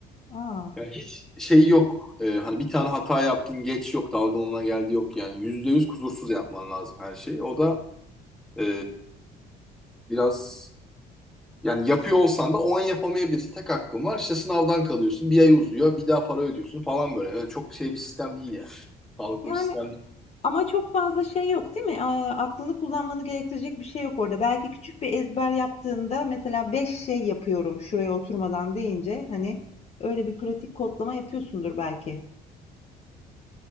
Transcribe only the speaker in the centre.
Yani hiç şey yok. Ee, hani bir tane hata yaptın geç yok. Dalgınlığına geldi yok yani. Yüzde yüz kusursuz yapman lazım her şeyi. O da ee, biraz yani yapıyor olsan da o an yapamayabilirsin. Tek hakkın var. İşte sınavdan kalıyorsun. Bir ay uzuyor. Bir daha para ödüyorsun falan böyle. Yani çok şey bir sistem değil yani. Sağlıklı
bir sistem.